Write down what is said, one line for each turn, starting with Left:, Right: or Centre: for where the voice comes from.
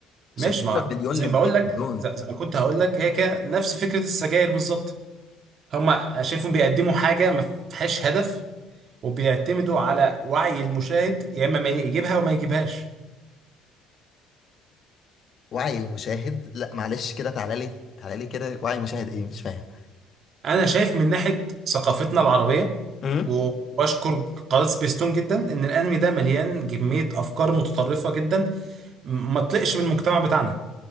Left: 16
Right: ماشي ما
Left: مليون
Right: زي
Left: ل
Right: ما
Left: 200
Right: بقول لك
Left: مليون
Right: زي زي ما كنت هقول لك هي كده نفس فكرة السجاير بالظبط هم شايفهم بيقدموا حاجة ما فيهاش هدف وبيعتمدوا على وعي المشاهد يا اما ما يجيبها وما يجيبهاش
Left: وعي المشاهد لا معلش كده تعالى لي تعالى لي كده وعي المشاهد ايه مش فاهم
Right: انا شايف من ناحية ثقافتنا العربية
Left: امم
Right: وبشكر قناة سبيستون جدا ان الانمي ده مليان كمية افكار متطرفة جدا ما تطلقش من المجتمع بتاعنا